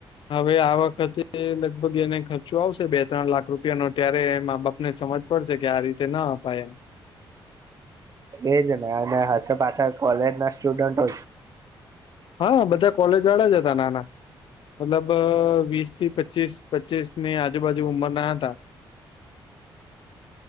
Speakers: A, on the left; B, on the right.
A: હવે આ વખતે લગભગ એને ખર્ચો આવશે બે ત્રણ લાખ રૂપિયાનોો ત્યારે મા બાપ ને સમજ. પડશે કે આ રીતે ના અપાય એમ
B: એજ ને અને હશે પાછા કોલેજ ના સ્ટુડન્ટો
A: હા બધા કોલેજ વાળા જ હતા નાના મતલબ વીસ થી પચીસ પચીસ ની આજુબાજુ ઉંમર ના હતા.